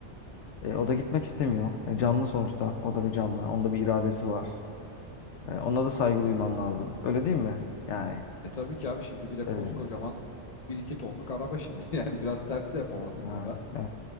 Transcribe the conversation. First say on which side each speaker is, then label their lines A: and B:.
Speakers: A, on the left; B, on the left.
A: E, o da gitmek istemiyor. E, canlı sonuçta. O da bir canlı. Onda bir iradesi var. E, ona da saygı duyman lazım. Öyle değil mi? Yani
B: E tabii ki abi şimdi bir de koskocaman
A: e,
B: bir iki tonluk araba şimdi. <laughs> Yani biraz tersi yapamazsın
A: yani
B: ona.
A: e,